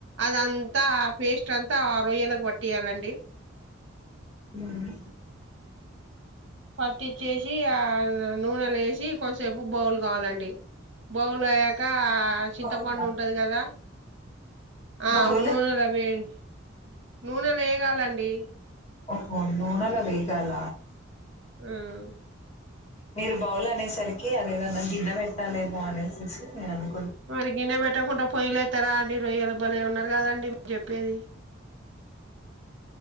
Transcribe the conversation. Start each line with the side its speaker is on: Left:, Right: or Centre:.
Right: అదంతా పేస్ట్ అంతా రొయ్యలకు పట్టియ్యాలండి
Left: ఉ హు
Right: పట్టిచ్చేసి ఆ నూనె లో వేసి కొన్ సేపు బౌల్ కావాలండి బౌలు అయ్యాక చింతపండు
Left: బౌలా
Right: ఉంటది కదా ఆ
Left: బహుళ
Right: నూనెలో వెం నూనెలే ఏగాలండి
Left: ఓహో నూనెలో వేగాల
Right: ఉమ్
Left: మీరు బౌలు అనేసరికి అదేదన్నా గిన్న పెట్టాలేమో అనేసి నేను అనుక్
Right: మరి గిన్నె పెట్టకుండా పోయిలే త్తరా అండి రోయ్యలుల బలే ఉన్నది కదండి మీర్ చెప్పేది